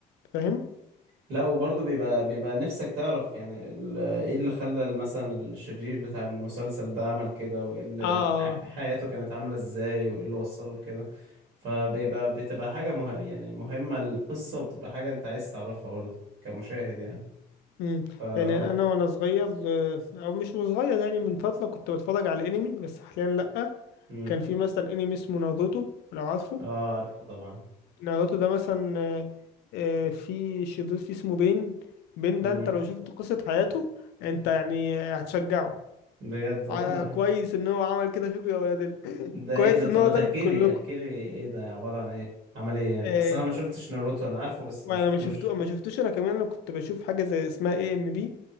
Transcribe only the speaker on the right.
لا وبرضه بيبقى بيبقى نفسك تعرف يعني ال- ايه اللي خلى مثلا الشرير بتاع المسلسل ده عمل كده وايه اللي
ح- حياته كانت عاملة ازاي وايه اللي وصله لكده فبيبقى بتبقى حاجة مه... يعني مهمة القصة وبتبقى حاجة انت عايز تعرفها برضه كمشاهد يعني
فا اه
امم
اه عارفه طبعا
امم
بجد والله
ده
ايه ده طب
ما تحكي
لي احكي لي ايه ده عبارة عن ايه عمل ايه يعني
اصل انا ما شفتش ناروتو انا عارفه بس
ما شفتوش